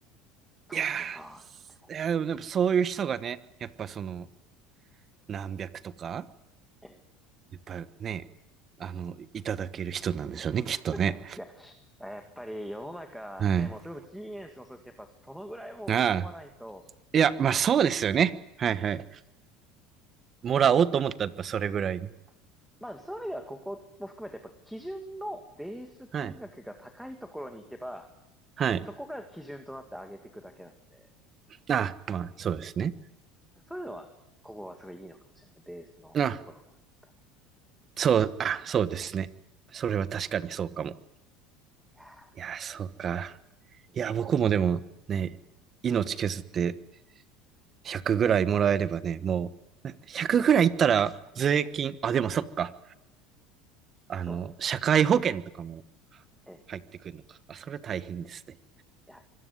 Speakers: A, in the centre; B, on the right.
A: 飛んでるなーってこ
B: いやー、いやーでも、でもそういう人がね、やっぱその、何百とか、
A: う。ええ
B: やっぱね、あの、いただける人なんでしょうね、きっとね。
A: いや、やっぱり世の中ね、
B: はい。
A: もうそれこそキーエンスもそうですけど、やっぱそのぐらいもう打ち込まないと、
B: ああ、いや、
A: おまあ、
B: まあそうですよね。はいはい。
A: ですよ。
B: もらおうと思ったらやっぱそれぐらいね。
A: まあ、まあそういう意味ではここも含めてやっぱ基準のベース金額が高いところに行けば、
B: はい。はい。
A: そこが基準となって上げていくだけなんで。
B: ああ、まあそうですね。
A: そういうのは、ここはすごいいいのかもしれないですね。ベースのところがいいから。
B: あそう、あ、そうですね。それは確かにそうかも。
A: なんかも
B: いやー、そうか。
A: ううん。
B: いや、僕もでもね、命削って100ぐらいもらえればね、もう、100ぐらいいったら税金、あ、でもそっか。あの、
A: でも、
B: 社会保険とかも
A: ええ、
B: 入ってくるのか。あ、それ大変ですね。
A: いや、